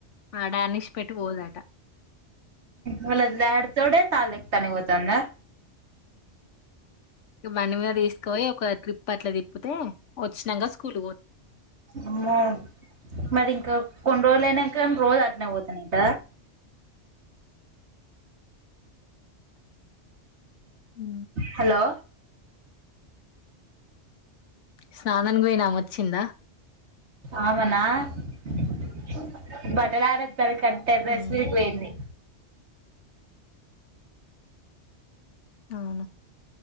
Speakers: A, on the left; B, on the right.
A: ఆ డానిష్ పెట్టి పోదట
B: వాళ్ల డాడ్ తోడే <unintelligible> తనిపోతుంద
A: బండి మీద తీసుకోపోయి ఒక ట్రిప్ అట్లా తిప్పితే వచ్చినాక స్కూల్ పో
B: అమ్మో మరి ఇంకా కొన్ని రోజులు అయినాక రోజు అట్నే అయి పోతున్నాంట
A: ఉ
B: హలో
A: స్నానానికినికి పోయినామే వచ్చిందా
B: ఆమెనా <unintelligible> టెర్రెస్
A: హ్మ్.
B: మీదకి పోయింది
A: అవునా